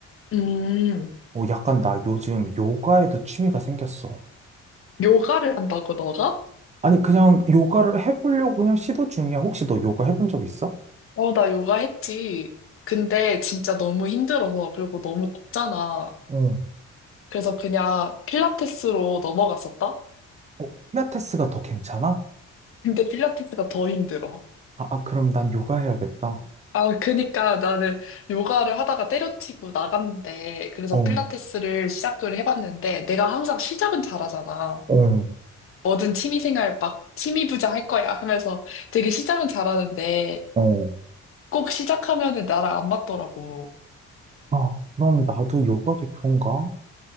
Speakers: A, on the left (about 45°); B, on the right (about 25°).
A: 음,
B: 어, 약간 나 요즘 요가에도 취미가 생겼어.
A: 요가를 한다고, 너가?
B: 아니, 그냥 요가를 해보려고 그냥 시도 중이야. 혹시 너 요가 해본 적 있어?
A: 어, 나 요가 했지. 근데 진짜 너무 힘들어서, 그리고 너무 덥잖아.
B: 어.
A: 그래서 그냥 필라테스로 넘어갔었다?
B: 어, 필라테스가 더 괜찮아?
A: 근데 필라테스가 더 힘들어.
B: 아, 아, 그럼 난 요가 해야겠다.
A: 아, 그니까 나는 요가를 하다가 때려치고 나갔는데, 그래서
B: 어,
A: 필라테스를 시작을 해봤는데, 내가 항상 시작은 잘하잖아.
B: 어,
A: 뭐든 취미생활 막 취미부자 할 거야 하면서 되게 시작은 잘하는데,
B: 어.
A: 꼭 시작하면은 나랑 안 맞더라고.
B: 아, 그럼 나도 요가도 그런가?